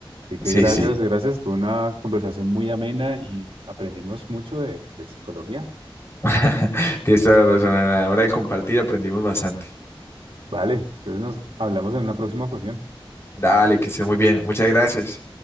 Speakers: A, on the right; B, on the left.
A: Así que
B: Sí,
A: gracias,
B: sí.
A: gracias. Fue una conversación muy amena y aprendimos mucho de, de psicología.
B: <laughs> Tienes toda la razón. A la hora de compartir aprendimos bastante.
A: Vale, entonces nos hablamos en una próxima ocasión.
B: Dale, que esté muy bien. Muchas gracias.